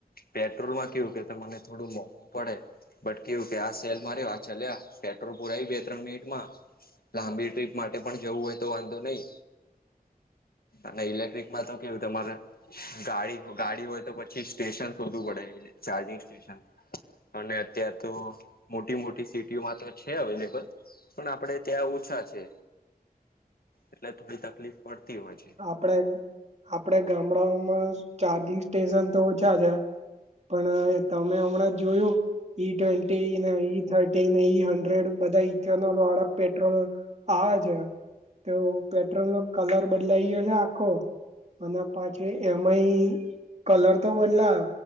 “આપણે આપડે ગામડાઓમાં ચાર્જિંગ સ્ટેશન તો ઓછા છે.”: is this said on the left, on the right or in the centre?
Right